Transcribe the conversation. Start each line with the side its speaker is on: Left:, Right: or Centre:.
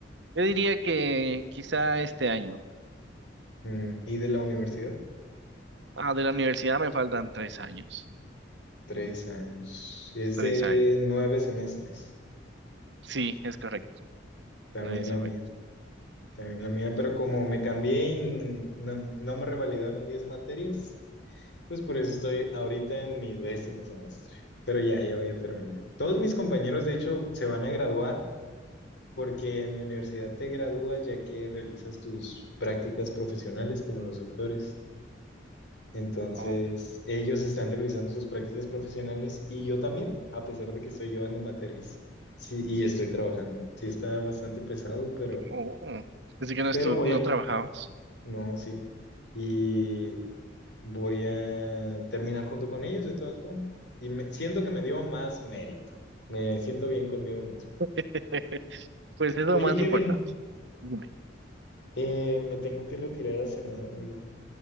Right: Yo diría que quizá este año.
Left: Mm, ¿Y de la universidad?
Right: Ah, de la universidad me faltan tres años.
Left: Tres años. Es
Right: Tres
Left: de
Right: años.
Left: nueve semestres,
Right: Sí, es correcto.
Left: también
Right: Nadie se
Left: la
Right: ve.
Left: mía. También la mía, pero como me cambié y no, no me revalidaron 10 materias, pues por eso estoy ahorita en mi décimo semestre. Pero ya, ya voy a terminar. Todos mis compañeros, de hecho, se van a graduar porque en mi universidad te gradúas ya que realizas tus prácticas profesionales como los doctores. Entonces,
Right: Oh,
Left: ellos están realizando sus prácticas profesionales y yo también, a pesar de que estoy llevando materias. Sí, y estoy trabajando. Sí, está bastante pesado, pero...
Right: oh. oh. Así que no,
Left: Pero
Right: estu
Left: voy
Right: no
Left: a
Right: trabajabas.
Left: No, sí. Y voy a terminar junto con ellos de todas formas. Y me, siento que me dio más mérito. Me siento bien conmigo mismo.
Right: <laughs> Pues es lo
Left: Oye,
Right: más
Left: Kevin,
Right: importante. Dime.
Left: eh, me tengo que retirar a cenar, amigo.